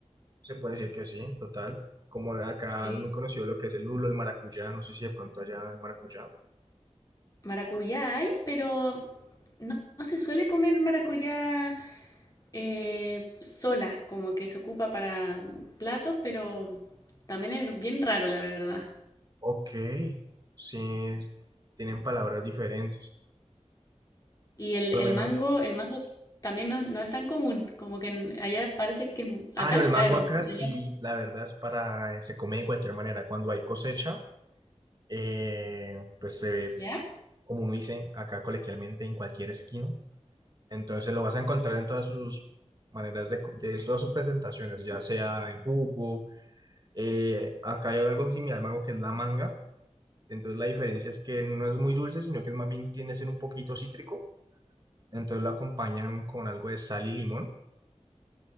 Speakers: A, on the right; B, on the left.
A: Se puede decir que sí, total. Como acá
B: Sí.
A: es muy conocido lo que es el lulo, el maracuyá, no sé si de pronto allá el maracuyá.
B: Maracuyá hay, pero no, no se suele comer maracuyá eh, sola, como que se ocupa para platos, pero también es bien raro, la verdad.
A: Ok, sí, es- tienen palabras diferentes.
B: Y el,
A: Por
B: el
A: lo menos.
B: mango, el mango también no, no es tan común, como que en- allá parece que es, mu- acá
A: Ah, no,
B: es
A: el
B: caro,
A: mango acá
B: ¿no?
A: sí,
B: Allá-
A: la verdad es para, se come de cualquier manera. Cuando hay cosecha, eh, pues se ve,
B: ¿ya?
A: como uno dice acá coloquialmente, en cualquier esquina. Entonces lo vas a encontrar en todas sus maneras de, co- de todas sus presentaciones, ya sea en jugo. eh, acá hay algo similar al mango que es la manga. Entonces la diferencia es que no es muy dulce, sino que es más bien tiende a ser un poquito cítrico. Entonces lo acompañan con algo de sal y limón.